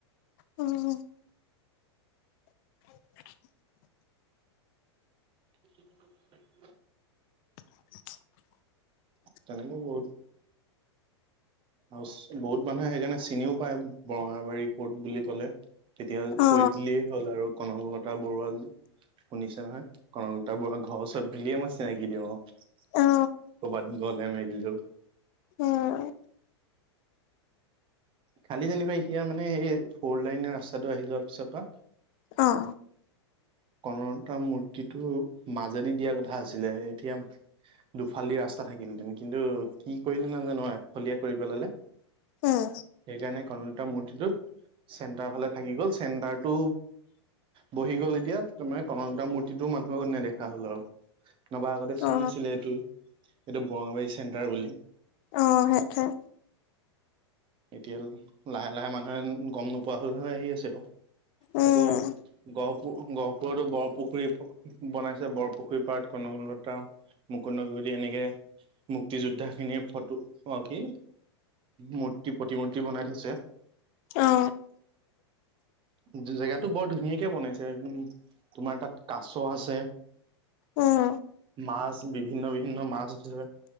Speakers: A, on the left (about 50°); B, on the right (about 35°).
A: উম। <inaudible>
B: <inaudible>
A: <inaudible>
B: তেনেকে বহুত আৰু বহুত মানুহে সেইকাৰণে চিনিও পায় বৰঙাবাৰী কোৰ্ট বুলি কলে। তেতিয়া
A: অ
B: কৈ দিলেই হ'ল আৰু কনক লতা বৰুৱা শুনিছে নহয়? কনকলতা বৰুৱা ঘৰৰ ওচৰত বুলিয়ে মই চিনাকি দিওঁ আও। ক'বাত
A: অ
B: গলে মেলিলেও।
A: অ'।
B: খালি যেনিবা এতিয়া মানে সেই ফৰ লাইনৰ ৰাস্তাটো আহি যোৱাৰ পিছৰ পৰা
A: অহ।
B: কনকলতা মূৰ্তিটো মাজেদি দিয়া কথা আছিলে এতিয়া দুফাল দি ৰাস্তা থাকিলে কিন্তু কি কৰিলে নাজানো আৰু একফলীয়া কৰি পেলালে।
A: উম
B: সেইকাৰণে কন এতা মূৰ্তিটোত চেণ্টাৰৰ ফালে থাকি গ'ল চেণ্টাৰটো বহি গ'ল এতিয়া মানে কনকলতা মূৰ্তিটোও মানুহ নেদেখা হ'ল আৰু। নবা আগতে চিন
A: অ
B: আছিলে এইটো-এইটো বৰঙাবাৰী চেণ্টাৰ বুলি।
A: অহ, সেইটোৱে
B: এতিয়া লাহে- লাহে মানুহে গম নোপোৱা হৈ- হৈ আহি আছে আও।
A: উম
B: আকৌ গহপু-গহপুৰতো বৰপুখুৰী ব-বনাইছে, বৰপুখুৰী পাৰত কনকলতা মুকুন্দ ঘুৰি এনেকে মুক্তি যোদ্ধা খিনিৰ ফটো অহ, কি? মূৰ্তি প্ৰতিমূৰ্তি বনাই থৈছে।
A: অ
B: <inaudible> জে-জেগাতটো বৰ ধুনীয়া যেন তোমাৰ তাত কাছ আছে,
A: উম
B: মাছ বিভিন্ন বিভিন্ন মাছ আছে